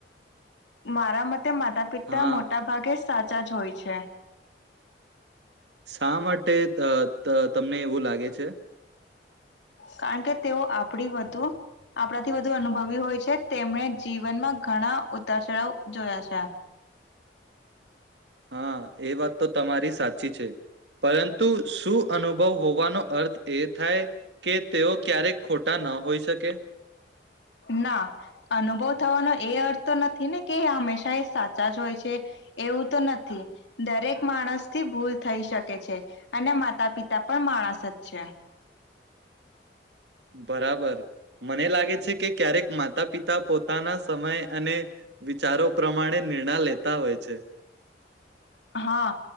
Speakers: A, on the left; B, on the right.
A: મારા મત તે માતા પિતા
B: હા
A: મોટા ભાગે સાચા જ હોય છે.
B: શા માટે તમને એવું લાગે છે?
A: કારણ કે તેઓ આપણી વધુ આપણાથી વધુ અનુભવી હોય છે તેમણે જીવનમાં ઘણા ઉતારચળાઓ જોયા છે.
B: હા એ વાત તો તમારી સાચી છે પરંતુ શું અનુભવ હોવાનો અર્થ એ થાય કે તેઓ ક્યારેક ખોટા ન હોઈ શકે?
A: ના અનુભવ થવાનો એ અર્થ તો નથી ને કે હંમેશા એ સાચા જ હોય છે એવું તો નથી દરેક માણસ થી ભૂલ થઈ શકે છે અને માતા પિતા પણ માણસ જ છે.
B: બરાબર મને લાગે છે કે ક્યારેક માતા પિતા પોતાના સમય અને વિચારો પ્રમાણે નિર્ણય લેતા હોય છે.
A: હા